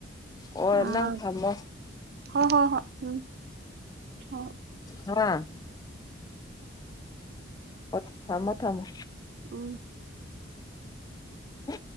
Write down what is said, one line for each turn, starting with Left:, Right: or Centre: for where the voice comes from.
Left: ꯑꯣ
Right: ꯑꯥ
Left: ꯅꯪ ꯊꯝꯃꯣ
Right: ꯍꯣꯏ ꯍꯣꯏ ꯍꯣꯏ ꯎꯝ ꯍꯣꯏ
Left: ꯍꯥꯥ ꯑꯣ ꯊꯃꯣ ꯊꯃꯣ
Right: ꯎꯝ
Left: ꯎ